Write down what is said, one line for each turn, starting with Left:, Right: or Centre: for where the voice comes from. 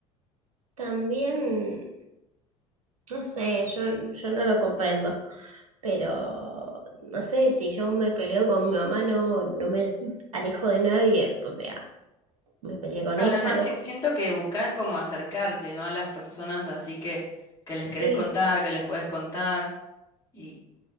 Right: también, no sé, yo, yo no lo comprendo, pero no sé, si yo me peleo con mi mamá, no, no me alejo de nadie, o sea, me peleé con
Left: Claro,
Right: ella,
Left: es más,
Right: no,
Left: si- siento que buscás como acercarte, ¿no? A las personas así que, que les querés
Right: sí,
Left: contar, que les podés contar. Y,